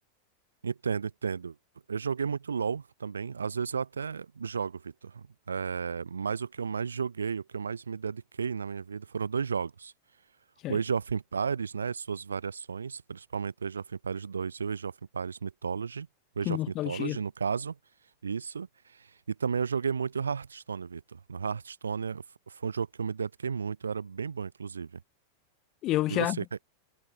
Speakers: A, on the right; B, on the left.
A: Entendo, entendo. Eu joguei muito LoL também. Às vezes eu até jogo, Vitor. É, mas o que eu mais joguei, o que eu mais me dediquei na minha vida foram dois jogos.
B: Que,
A: O
B: é,
A: Age of Empires, né, suas variações, principalmente o Age of Empires 2 e o Age of Empires Mythology, o
B: que
A: Age
B: nostalgia.
A: of Mythology, no caso, isso. E também eu joguei muito Hearthstone, Vitor. No Hearthstone eh, f- foi um jogo que eu me dediquei muito, era bem bom, inclusive.
B: Eu
A: E
B: já
A: você, que-